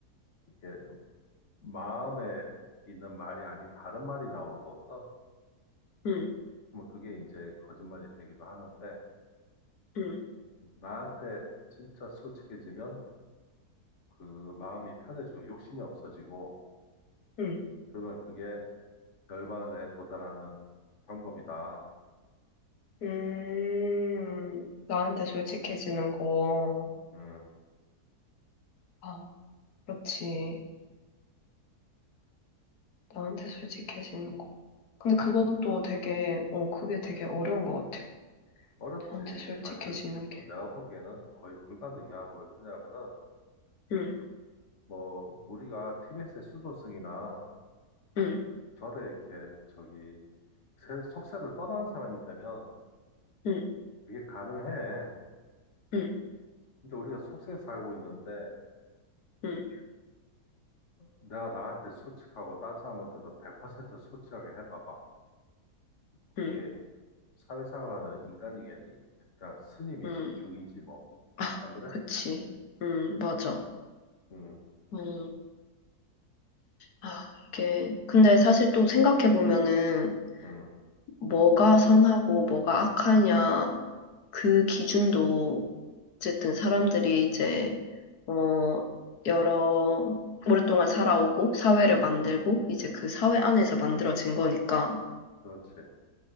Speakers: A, on the left; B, on the left.
A: 이렇게 마음에 있는 말이 아닌 다른 말이 나오는 거거든.
B: 음,
A: 그러면 그게 이제 거짓말이 되기도 하는데
B: 음,
A: 나한테 진짜 솔직해지면 그 마음이 편해지고 욕심이 없어지고
B: 음,
A: 그러면 그게 열반에 도달하는 방법이다.
B: 음, 나한테 솔직해지는 거.
A: 음,
B: 아, 그렇지. 나한테 솔직해지는 거. 근데 그것도 되게, 어, 그게 되게 어려운 것 같아.
A: 어렵지.
B: 나한테 솔직해지는
A: 사실
B: 게.
A: 내가 보기에는 거의 불가능이야. 왜 그러냐면은
B: 음,
A: 뭐 우리가 티베트의 수도승이나
B: 음,
A: 절에 이렇게 저기 세- 속세를 떠난 사람이 되면
B: 음,
A: 그게 가능해.
B: 음.
A: 근데 우리가 속세에 살고 있는데
B: 음,
A: 내가 나한테 솔직하고 딴 사람한테도 100% 솔직하게 해봐봐. 그게
B: 음,
A: 사회생활 하는 인간이겠니? 그냥 스님이지,
B: 음.
A: 중이지 뭐.
B: 아,
A: 안 그래?
B: 그치. 음, 맞아.
A: 응,
B: 음, 아, 이게, 근데 사실 또 생각해보면은,
A: 응,
B: 뭐가 선하고 뭐가 악하냐, 그 기준도, 어쨌든 사람들이 이제, 어, 여러, 오랫동안 살아오고, 사회를 만들고, 이제 그 사회 안에서 만들어진 거니까,
A: 그렇지.